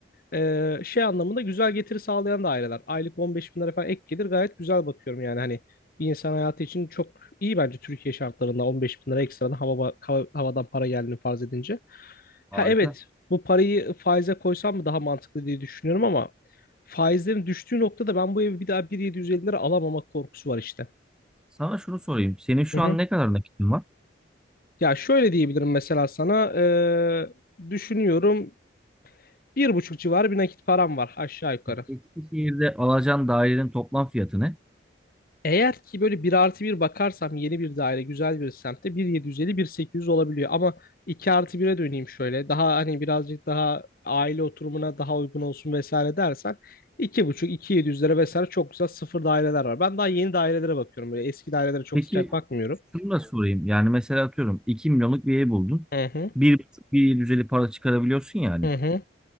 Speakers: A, on the left; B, in the centre.
A: ee, şey anlamında güzel getiri sağlayan da aileler. Aylık 15 bin lira falan ek gelir gayet güzel bakıyorum yani hani bir insan hayatı için çok iyi bence Türkiye şartlarında 15 bin lira ekstradan hava, hava- havadan para geldiğini farz edince. Ha
B: harika.
A: evet bu parayı faize koysam mı daha mantıklı diye düşünüyorum ama faizlerin düştüğü noktada ben bu evi bir daha 1.750 lira alamama korkusu var işte.
B: Sana şunu sorayım. Senin şu
A: Hı hı.
B: an ne kadar nakitin var?
A: Ya şöyle diyebilirim mesela sana ee, düşünüyorum bir buçuk civarı bir nakit param var aşağı yukarı.
B: Eskişehir'de alacağın dairenin toplam fiyatı ne?
A: Eğer ki böyle bir artı bir bakarsam yeni bir daire güzel bir semtte 1750 1800 olabiliyor ama 2 artı bir'e döneyim şöyle daha hani birazcık daha aile oturumuna daha uygun olsun vesaire dersen 2,5-2700'lere vesaire çok güzel sıfır daireler var. Ben daha yeni dairelere bakıyorum böyle eski dairelere çok
B: Peki
A: sıcak bakmıyorum.
B: şunu da sorayım. Yani mesela atıyorum 2 milyonluk bir ev buldun.
A: Hı hı,
B: 1,5 bir düzeli para çıkarabiliyorsun yani.
A: hı hı.